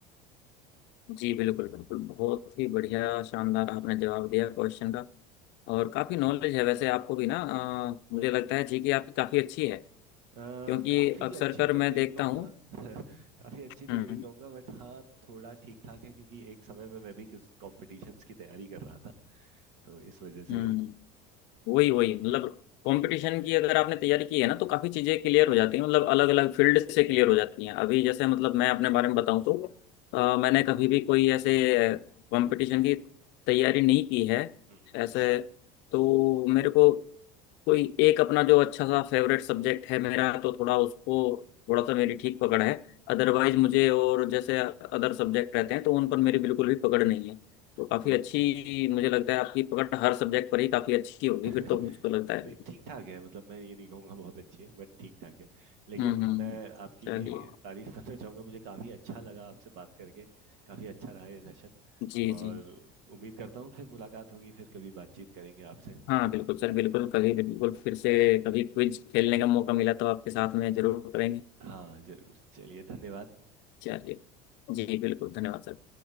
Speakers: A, on the left; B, on the right.
A: जी बिल्कुल बिल्कुल बहुत ही बढ़िया शानदार आपने जवाब दिया क्वेश्चन का और काफ़ी नॉलेज है वैसे आपको भी ना अ, मुझे लगता है जी कि आपकी काफ़ी अच्छी है
B: अ,
A: क्योंकि
B: काफ़ी
A: अक्सर
B: अच्छी
A: कर
B: तो नहीं
A: मैं देखता
B: कहूँगा
A: हूँ
B: <laughs> काफ़ी अच्छी तो
A: हम्म
B: नहीं कहूँगा बट हाँ, थोड़ा ठीक-ठाक है क्योंकि एक समय में मैं भी कुछ कॉम्पिटिशन्स की तैयारी कर रहा था, तो इस वजह
A: हम्म
B: से
A: वही वही मतलब कंपटीशन की अगर आपने तैयारी की है ना तो काफी चीजें क्लियर हो जाती हैं मतलब अलग अलग फील्ड से क्लियर हो जाती हैं अभी जैसे मतलब मैं अपने बारे में बताऊं तो अ, मैंने कभी भी कोई ऐसे कंपटीशन की तैयारी नहीं की है
B: हम्म हम्म
A: ऐसे
B: हम्म,
A: तो मेरे को कोई एक अपना जो अच्छा सा फेवरेट सब्जेक्ट है मेरा तो थोड़ा उसको थोड़ा सा मेरी ठीक पकड़ है अदरवाइज
B: हम्म।
A: मुझे और जैसे अदर सब्जेक्ट रहते हैं तो उन पर मेरी बिल्कुल भी पकड़ नहीं है तो
B: Okay
A: काफी अच्छी
B: okay
A: मुझे लगता है आपकी पकड़ हर सब्जेक्ट पर ही काफी अच्छी होगी
B: <laughs>
A: फिर तो मुझको लगता है
B: नहीं ठीक ठाक है मतलब मैं ये नहीं कहूँगा बहुत अच्छी है बट ठीक ठाक है लेकिन
A: हम्म हम्म
B: मैं आपकी
A: चलिए
B: भी तारीफ <laughs> करना चाहूँगा मुझे काफ़ी अच्छा लगा आपसे बात करके काफ़ी अच्छा रहा ये सेशन
A: जी
B: और
A: जी
B: उम्मीद करता हूँ फिर मुलाकात होगी फिर कभी बातचीत करेंगे आपसे
A: हाँ बिल्कुल सर बिल्कुल कभी बिल्कुल फिर से कभी क्विज खेलने का मौका मिला तो आपके साथ में जरूर करेंगे
B: हाँ जरूर चलिए धन्यवाद
A: चलिए जी बिल्कुल धन्यवाद सर